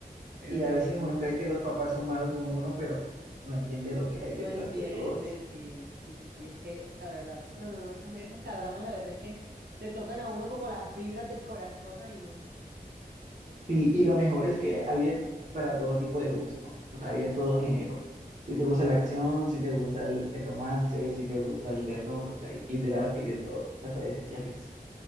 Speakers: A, on the right (about 85°); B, on the right (about 50°).
A: Pero
B: y a
A: no,
B: veces
A: yo
B: uno cree que los papás son malos con uno, pero no entiende lo que hay
A: no
B: detrás
A: entiende,
B: de todo eso.
A: sí, sí, sí, sí, es que, la verdad, no, no, no, esos, esos cadramas, la verdad es que le tocan a uno como las fibras del corazón, ay, no.
B: Sí, y lo mejor es que hay de- para todo tipo de gusto, o sea, hay de todo género. Si te gusta la acción, si te gusta el, el romance, si te gusta el terror, o sea, hay- literal, hay de todo, hasta de ciencia ficción.